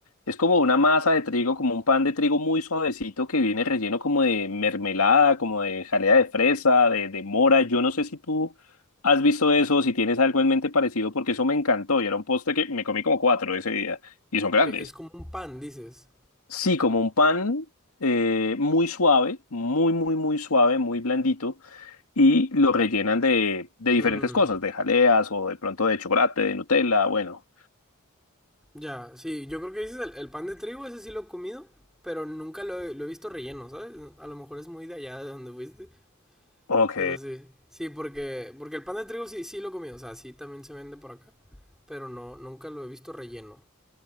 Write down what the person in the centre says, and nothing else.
es como un pan, dices.
Mm,
ya, sí, yo creo que dices el, el pan de trigo, ese sí lo he comido, pero nunca lo he, lo he visto relleno, ¿sabes? A lo mejor es muy de allá de donde fuiste.
Pero sí, sí, porque, porque el pan de trigo sí, sí lo he comido o sea, sí también se vende por acá, pero no, nunca lo he visto relleno.